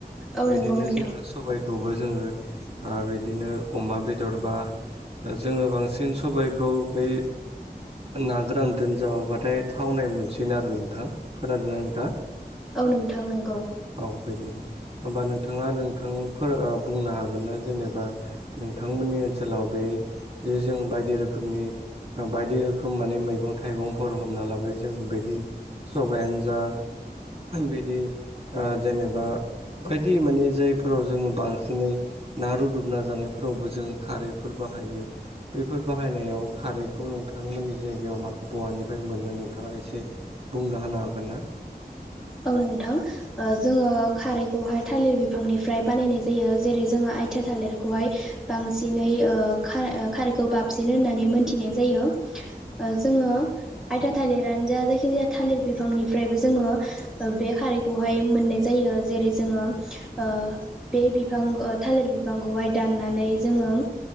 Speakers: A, in the centre; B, on the right.
A: औ नंगौ
B: बेदिनो
A: नोंथां
B: जोङो सबाइखौ खौबो जोङो ओ बेदिनो अमा बेदर बा ओ जोङो बांसिन सबाइखौ बै ना गोरानदोनो जाबोबाथाय थावनाय मोनसिनो आरो नोंथां। खोनादोंना नोंथाङा?
A: औ नोंथां नोंगौ।
B: औ बेदि होमबा नोंथाङा नोंथांफोर ओ बुंनो हागोन ना जेनेबा नोंथांमोननि ओनसोलाव बे जे जों बायदि रोखोमनि ओ बायदि रोखोम माने मैगं थाइगंफोर हमना लाबो जों बेदि सबायानो जा बिदि ओ जेनेबा बायदि माने जाय फोराव जोङो बांसिनै ना रुदुबना जानायफोरावबो जोङो खारैफोर बाहायो। बैफोर बाहायनायाव खारैखौ नोंथांमोननि जायगायाव मा बहानिफ्राय मोनो नोंथाङा एसे बुंनो हानो हागोन ना।
A: औ नोंथां। ओ जोङो खारैखौहाय थालिर बिफांनिफ्राय बानायनाय जायो जेरै जोङो आइथा थालिरखौहाय बांसिनै ओ खा ओ खारैखौ बाबसिनो होननानै मोनथिनाय जायो। ओ जोङो आयथा थालिरानो जा जायखिजाया थालिर बिफांनिफ्रायबो जोङो ओ बे खारैखौहाय मोननाय जायो जेरै जोङो ओ बे बिफां ओ थालिर बिफांखौहाय दाननानै जोङो